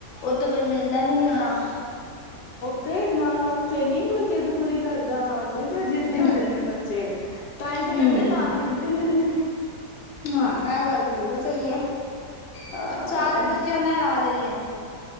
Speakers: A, on the left; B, on the left.
A: ਉਥੇ ਕੋਈ ਮਿਲਦਾ ਵੀ ਨਹੀਂ ਹੋਣਾ।
B: ਤੇ ਨਾ ਨਾ ਉਥੇ ਨੀ ਕੋਈ ਜਿੱਦ ਪੂਰੀ ਕਰਦਾ। ਬਈ ਫਿਰ ਜਿੱਦੀ
A: ਹੂੰ
B: ਹੋ ਜਾਣਗੇ ਬੱਚੇ। <unintelligible> ਤਾਂਈ ਤੇ
A: ਹੂੰ
B: ਕਹਿੰਦੇ ਨਾਨਕੇ ਵਿਗੜ ਜਾਂਦੇ ਨੇ।
A: ਹਾਂ ਇਹ ਗੱਲ ਤਾਂ ਬਿਲਕੁਲ ਸਹੀ ਹੈ।
B: ਹਾਂ
A: ਸਾਰੇ ਬੱਚਿਆਂ ਦਾ ਹਾਲ ਇਹੀ ਐ। <unintelligible>